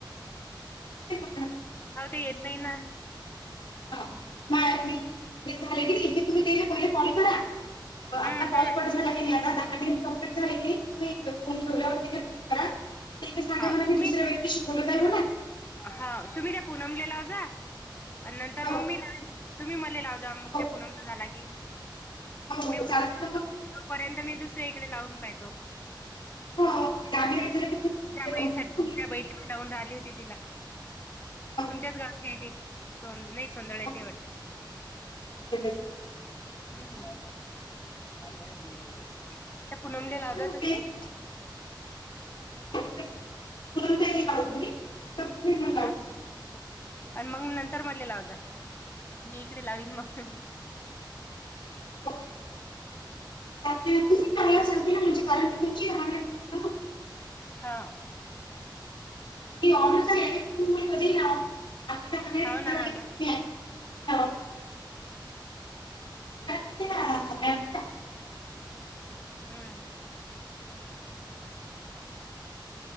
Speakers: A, on the left (about 75°); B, on the left (about 25°).
A: <unintelligible> <unintelligible> <inaudible>
B: हाव ते येत नाही ना
A: हा मग, मी हे झाले की नई की तुम्ही ते पहिले कॉल करा
B: हम्म
A: आपला कॉल
B: हम्म
A: कट झाला की नाही आता दहा मिनिट कं्प्लीट झाले की नाही तुम्ही फोन ठेवल्यावर करा ते सांगा
B: हा
A: म्हणा
B: तुम्ही
A: मी दुसऱ्या व्यक्तीशी बोलत आहे म्हणा.
B: हा तुम्ही त्या पूनमले लाव जा नंतर
A: हो
B: मग मी तुम्ही म लाव. मग
A: हो.
B: त्या
A: हो
B: <unintelligible>
A: हो हो चालते ना मग मी
B: <unintelligible> दुसऱ्या इकडे लावून पहायचो <unintelligible>
A: हो हो मी दहा मिनिट झाले
B: तुझ्या
A: की मी दुसरीकडे
B: बहिणसाठी
A: लावून ना तुम्ही
B: <unintelligible> <unintelligible>
A: ते.
B: राहिली होती तिला
A: हो
B: तुमच्याच
A: हो हो
B: गावचं ये ते, सोन.. नई सौंधळ्याची
A: हो
B: ए वाटतं
A: संध्याकाळी. हो.
B: हम्म... <unintelligible> त्या पुनमले लाव
A: हा
B: जा
A: मग
B: तुम्ही
A: तेच हो हो हो. पूनम ताईला
B: <unintelligible>
A: लावतो मी मग नंतर तुम्ही मला लावजा.
B: हं आणि मग नंतर मले लाव जा, मी इकडे लावीन मग
A: <unintelligible> <unintelligible> ना म्हणजे कारण की तुमची <unintelligible>
B: हा
A: मी ऑनच आहे, तुम्ही मला कधीही लावा <unintelligible>
B: हाव ना हाव ना.
A: <unintelligible> <unintelligible> <inaudible>
B: हम्मॅ